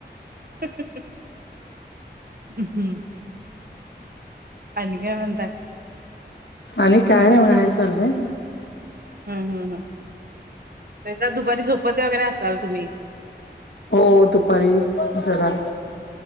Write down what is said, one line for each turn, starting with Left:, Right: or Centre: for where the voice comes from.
Right: <unintelligible> हम्म आणिन काय म्हणताय.
Left: आणि काय नाही हाय बघा चालय.
Right: हम्म हम् हम त्याच्यात दुपारी झोपट वगैरे असाल तुम्ही.
Left: हो दुपारी जरा.